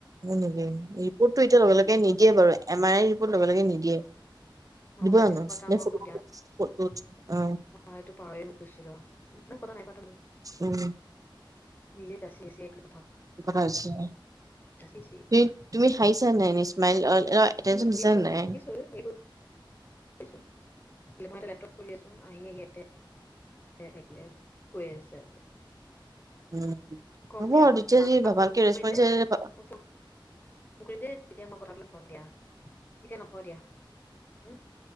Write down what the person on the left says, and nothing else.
ম
ৰাতি
চব কথা
মই
কম দিয়া
মই এইটো পাহৰিয়ে গৈছিলো। পতা নাই পাত উ
নিজেত যাচি যাচি এক -
<unintelligible>
উম
দিছো
দিছো দিছো মই এটা লেপটপ কৰি আছো আহি আহি ইয়াত- <unintelligible> কৈ আছে
কম
দিয়া মই
তোমাক
আকৌ
ফোন
কৰিম যে
মই ফোন <unintelligible> মই কথা <unintelligible> কম দিয়া। এতিয়া নকওঁ দিয়া। উম।